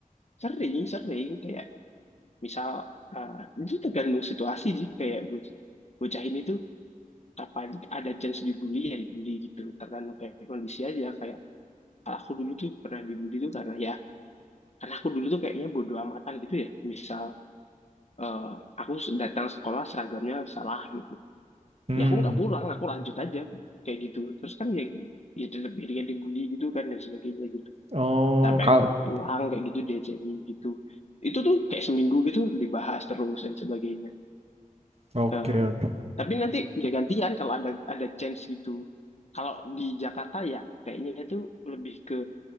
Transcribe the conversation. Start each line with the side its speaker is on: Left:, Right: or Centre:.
Left: sering sering kayak Misal eh, itu tergantung situasi sih kayak boc- bocah ini tuh kapan ada chance dibully ya dibully gitu. Tergantung kayak kondisi aja kayak kalau aku dulu tuh pernah dibully tuh karena ya karena aku dulu tuh kayaknya bodo amatan gitu ya. Misal eh, aku datang sekolah seragamnya salah gitu.
Right: Hmm.
Left: Ya aku nggak pulang, aku lanjut aja kayak gitu. Terus kan ya ya tetap dia dibully gitu kan dan sebagainya gitu.
Right: Oh,
Left: Sampai
Right: kal.
Left: pulang kayak gitu dia cengin gitu itu tuh kayak seminggu gitu dibahas terus dan sebagainya
Right: Oke,
Left: Nah,
Right: oke.
Left: tapi nanti ya gantian kalau ada ada chance gitu. Kalau di Jakarta ya kayaknya itu lebih ke